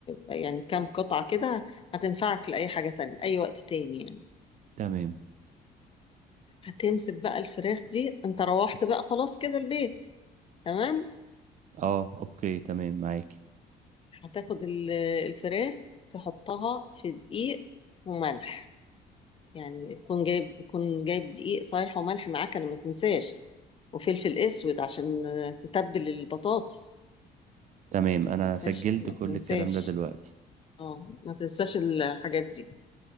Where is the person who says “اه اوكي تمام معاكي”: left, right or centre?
Right